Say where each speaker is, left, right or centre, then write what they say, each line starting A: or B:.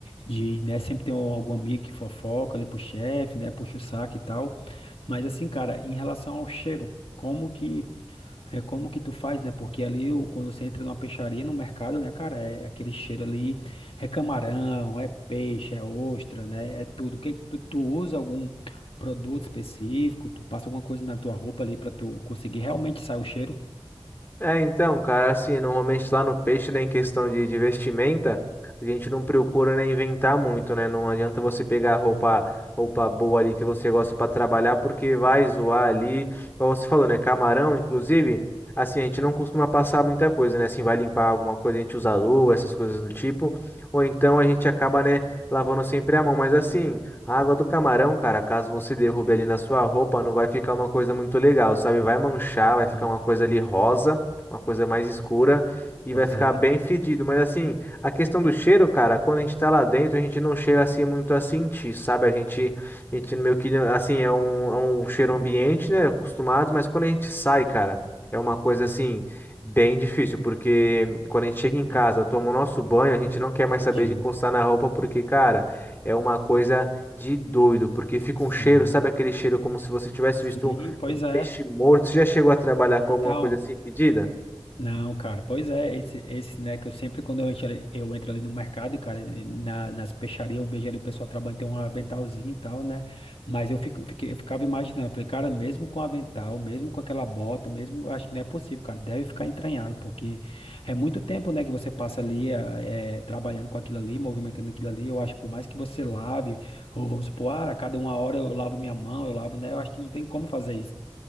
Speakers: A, on the left; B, on the left.
A: De, né? Sempre tem algum amigo que fofoca ali pro chefe, né? Puxa o saco e tal. Mas assim, cara, em relação ao cheiro, como que É como que tu faz, né? Porque ali, o- quando você entra numa peixaria, no mercado, né, cara, é aquele cheiro ali, é camarão, é peixe, é ostra, né? É tudo. Que tu, tu usa algum produto específico? Tu passa alguma coisa na tua roupa ali pra tu conseguir realmente sair o cheiro?
B: É, então, cara, assim, normalmente lá no peixe, né, em questão de, de vestimenta, a gente não procura, né, inventar muito, né? Não adianta você pegar roupa, roupa boa ali que você gosta pra trabalhar, porque vai zoar ali. Como você falou, né, camarão, inclusive, assim, a gente não costuma passar muita coisa, né? Assim, vai limpar alguma coisa, a gente usa luva, essas coisas do tipo, ou então a gente acaba, né, lavando sempre a mão. Mas assim, a água do camarão, cara, caso você derrube ali na sua roupa, não vai ficar uma coisa muito legal, sabe? Vai manchar, vai ficar
A: Sim,
B: uma coisa ali rosa uma coisa mais escura e
A: Pois
B: vai ficar
A: é.
B: bem fedido. Mas assim, a questão do cheiro, cara, quando a gente tá lá dentro, a gente não chega assim muito a sentir, sabe? A gente, a gente meio que assim, é um, é um cheiro ambiente, né? Acostumado, mas quando a gente sai, cara, é uma coisa assim. Bem difícil, porque quando a gente chega em casa,
A: Ah,
B: toma o nosso banho, a gente não quer mais
A: Entendi.
B: saber de encostar na roupa, porque, cara, é uma coisa de doido, porque fica um
A: Sim,
B: cheiro, sabe aquele cheiro como se você tivesse
A: sim.
B: visto
A: Pois
B: um um
A: é.
B: peixe morto? Você já chegou a trabalhar com
A: Então.
B: alguma coisa assim fedida?
A: Não, cara, pois é, esse, esse, né, que eu sempre, quando eu entro ali, eu entro ali no mercado, cara, na, nas peixarias, eu vejo ali o pessoal trabalhando, tem um aventalzinho e tal, né, mas eu, fico, eu fiquei- eu ficava imaginando, falei, cara, mesmo com avental, mesmo com aquela bota, mesmo, eu acho que não é possível, cara, deve ficar entranhado, porque é muito tempo, né, que você passa ali, eh, eh, trabalhando com aquilo ali, movimentando aquilo ali, eu acho, que por mais que você lave, ou vamos supor, ah, a cada uma hora eu lavo minha mão, eu lavo, né, eu acho que não tem como fazer isso,